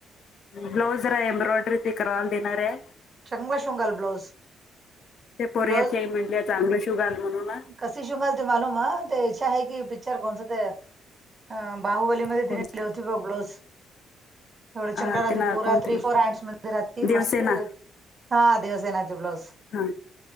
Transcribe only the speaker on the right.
चांगला शिवून ब्लाउज.
ब्लाउज
कशी शिव मालते मालूम ते <unintelligible> पिक्चर कोणसा ते अह बाहुबलीमध्ये
<unintelligible> ब्लाऊज थोड
चंगल राहते
पुरा
थ्री
फोर हँडस म धी राहती
मस्त हा देवसेनेचा ब्लाऊज